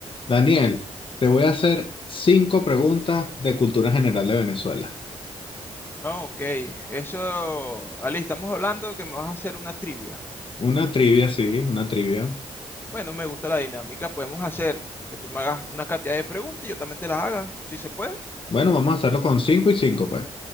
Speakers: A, on the left (about 50°); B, on the left (about 20°).
A: Daniel, te voy a hacer cinco preguntas de cultura general de Venezuela.
B: Ah, ok, eso, Ali, estamos hablando que me vas a hacer una trivia.
A: Una trivia, sí, una trivia.
B: Bueno, me gusta la dinámica, podemos hacer que tú me hagas una cantidad de preguntas y yo también te las haga, si se puede.
A: Bueno, vamos a hacerlo con cinco y cinco, pues.